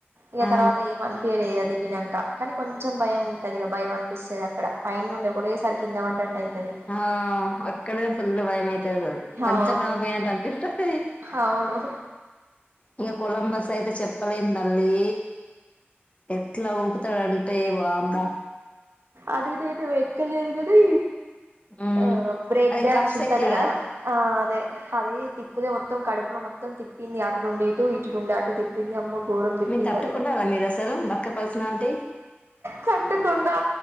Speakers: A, on the right; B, on the left.
A: ఇగా
B: ఆ
A: తర్వా అనిపయలే దిగినంక కానీ కొంచెం భయముంటది ఇక భయం అనిపిస్తది అక్కడ పైనుండి ఒకటేసారి కింద పడ్డట్టు అయితది
B: ఆహ్ అక్కడే ఫుల్లు భయమై తది పంచా
A: అవును
B: <unintelligible> పోయినట్టు అనిపిస్తది
A: అవును
B: ఇక కొలంబస్ అయితే చెప్పలేం తల్లి ఎట్లా ఊపుతడు అంటే వామ్మో
A: అది నేను ఎక్కలేదు గానీ
B: మ్మ్
A: ఆ బ్రేక్డ్యాన్స్
B: అది కప్స్
A: ఉంటది
B: ఎక్కారా
A: కదా ఆ అదే అది తిప్పితేే మొత్తం కడుపులో మొత్తం తిప్పింది ఆటు నుండి ఇటు ఇటు నుండి అటు తిప్పింది అమ్మో ఘోరం తిప్పింది
B: మీరు తట్టుకున్నారా
A: ఆది
B: మీరు అసలు బక్క పర్సనాలిటీ
A: తట్టుకున్నా